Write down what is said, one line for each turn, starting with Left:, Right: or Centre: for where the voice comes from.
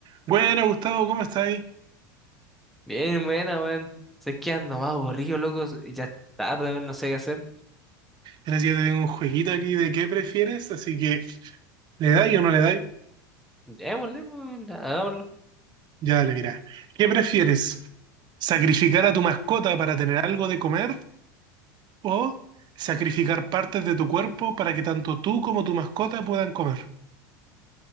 Right: Bueno, Gustavo, ¿cómo estáis?
Centre: Bien, buena, weón. Sé que ando más aburrido, loco. Ya es tarde, weón, no sé qué hacer.
Right: Mira, si yo te tengo un jueguito aquí de qué prefieres, así que ¿le dais o no le dais?
Centre: Démosle, pues, weón, hagámoslo.
Right: Ya dale, mira. ¿Qué prefieres? ¿Sacrificar a tu mascota para tener algo de comer o sacrificar partes de tu cuerpo para que tanto tú como tu mascota puedan comer?